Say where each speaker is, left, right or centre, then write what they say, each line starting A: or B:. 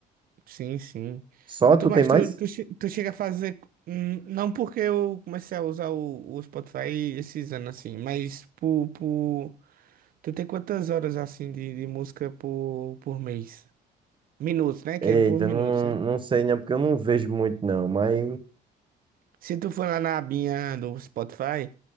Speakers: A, on the right; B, on the right.
A: Sim, sim.
B: Só tu
A: Tu, mas
B: tem mais?
A: tu, tu, che- tu chega a fazer. hum, Não porque eu comecei a usar o, o Spotify esses anos assim, mas por, por. Tu tem quantas horas assim de, de música por, por mês? Minutos, né?
B: Eita,
A: Que é por minutos,
B: não,
A: né?
B: não sei, né? Porque eu não vejo muito, não. Mas.
A: Se tu for lá na abinha do Spotify,